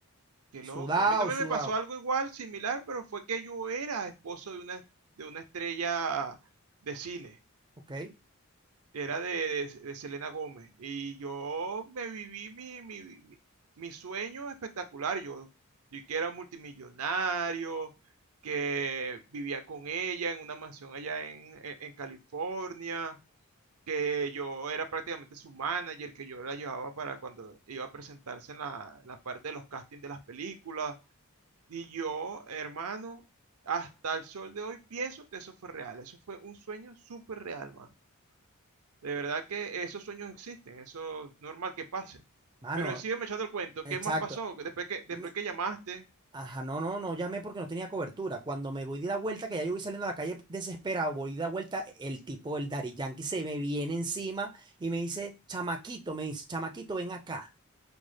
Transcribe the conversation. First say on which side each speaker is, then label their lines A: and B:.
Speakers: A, on the right; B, on the right.
A: Qué
B: sudado,
A: loco. A mí también
B: sudado,
A: me pasó algo igual, similar, pero fue que yo era esposo de una, de una estrella de cine.
B: ¿ok?
A: Era de, de- de Selena Gómez. Y yo me viví mi, mi, mi- mi sueño espectacular. Yo, yo que era multimillonario, que vivía con ella en una mansión allá en, en en California, que yo era prácticamente su manager, que yo la llevaba para cuando iba a presentarse en la, en la parte de los castings de las películas y yo, hermano, hasta el sol de hoy pienso que eso fue real. Eso fue un sueño súper real, mano. De verdad que esos sueños existen. Eso es normal que pase.
B: Mano,
A: Pero sígueme echando el cuento.
B: exacto.
A: ¿Qué más pasó? Después que, después
B: Mi-
A: que llamaste,
B: Ajá, no, no, no llamé porque no tenía cobertura. Cuando me voy de la vuelta, que ya yo voy saliendo a la calle desesperado, voy de la vuelta, el tipo, el Daddy Yankee, se me viene encima y me dice, chamaquito, me dice, chamaquito, ven acá,